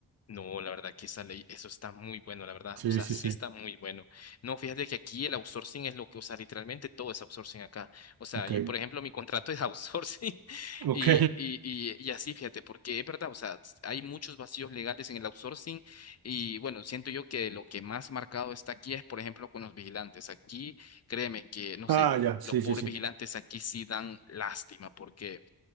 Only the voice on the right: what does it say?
Sí,
sí,
sí,
ok,
ok.
Ah,
ya, sí,
sí, sí.